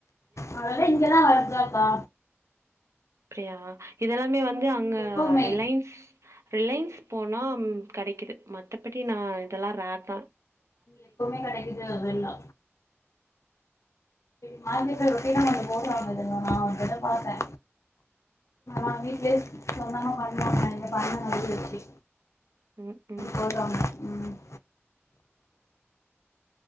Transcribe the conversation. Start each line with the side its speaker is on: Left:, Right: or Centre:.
Left: அதல்லா இங்கதா வளருதாக்கா
Right: அப்டியா இதெல்லாமே வந்து அங்க
Left: எப்பவுமே
Right: ரிலைன்ஸ் ரிலைன்ஸ் போனா ம் கெடைக்குது மத்தபடி நா இதெல்லா ரேர்தா
Left: எப்பவுமே கெடைக்குது அதெல்லா மார்க்கெட்ல ரொட்டினா <inaudible> நா அங்கதா பாத்தே மா வீட்லயே சொந்தமா பண்ண எங்க பாருு <inaudible> வச்சு
Right: ம் ம்
Left: போடுறாங்க ம்